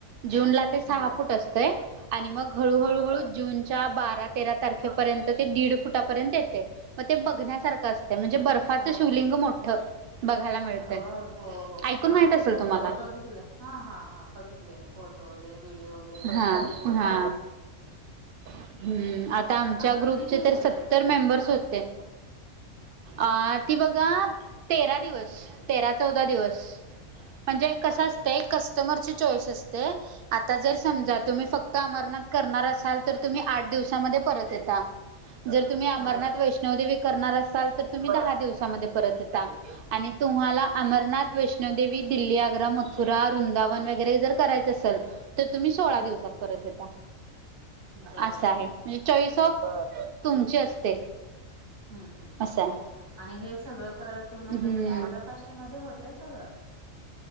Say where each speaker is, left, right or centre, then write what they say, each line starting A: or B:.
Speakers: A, on the right; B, on the right.
A: जूनला ते सहा
B: बर
A: फूट असतय आणि मग हळू,
B: हा
A: हळू, हळू जूनच्या बारा तेरा तारखे पर्यंत ते दीड फुटापर्यंत येते मग ते बघण्यासारखं अस म्हणजे बर्फाच
B: वा
A: शिवलिंग मोठं बघायला मिळतय
B: बर हो, हो,
A: ऐकून
B: हो हा
A: माहित असेल
B: ते फोटोत
A: तुम्हाला
B: बघितलं हा, हा, हां बघितलं ना फोट फोटो वगैरे व्हिडिओ वगैरे बघितले
A: हा
B: ते
A: हा हम्म आता आमच्या
B: आणि
A: ग्रुपचे
B: किती दिवसाचे
A: तर सत्तर
B: असतील
A: मेंबर्स होते अ ती बघा तेरा दिवस तेरा चौदा दिवस म्हणजे
B: बर
A: कस असतय
B: बर
A: कस्टमर ची चॉईस असते आता जर समजा
B: हम्म
A: तुम्ही फक्त अमरनाथ करणार असाल तर तुम्ही आठ दिवसामध्ये परत येता जर तुम्ही अमरनाथ
B: बर
A: वैष्णवदेवी करणार असाल तर तुम्ही दहा दिवसामध्ये परत येता आणि तुम्हाला अमरनाथ वैष्णोदेवी, दिल्ली, आग्रा, मथुरा, वृंदावन वगैरे जर करायच सल तर तुम्ही सोळा
B: हम्म
A: दिवसात परत येता
B: बर
A: असं
B: बर
A: आहे
B: बर
A: चॉईस ऑफ
B: हम्म
A: तुमची असते
B: हम्, हम्
A: असं आहे
B: आणि हे सगळं करायचं म्हटलं
A: हम्म
B: तरी अठरा पाचशे मध्ये होतय सगळं